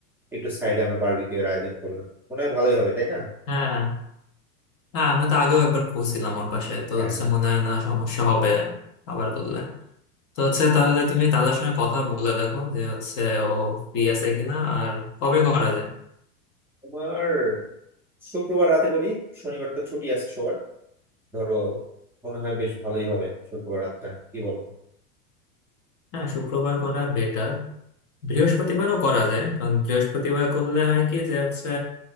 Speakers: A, in the centre; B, on the left.
A: একটু সাইডে আমরা বারবিকিউ এর আয়োজন করলাম মনে হয় ভালোই হবে তাই না
B: হ্যাঁ হ্যাঁ আমরা তো আগেও একবার খুঁজছিলাম ওর বাসায় তো
A: হ্যাঁ
B: হচ্ছে
A: হ্যাঁ
B: মনে হয় না সমস্যা হবে আবার করলে তো হচ্ছে তাহলে তুমি তাদের সঙ্গে কথা বলে দেখো যে হচ্ছে ও ফ্রি আছে কিনা আর কবে করা যায়
A: তোমার শুক্রবার রাতে করি শনিবার তো ছুটি আছে সবার ধরো মনে হয় বেশ ভালোই হবে শুক্রবার রাতটা কি বলো
B: হ্যাঁ শুক্রবার করা বেটার বৃহস্পতিবারও করা যায় কারণ বৃহস্পতিবার করলে হয় কি যে হচ্ছে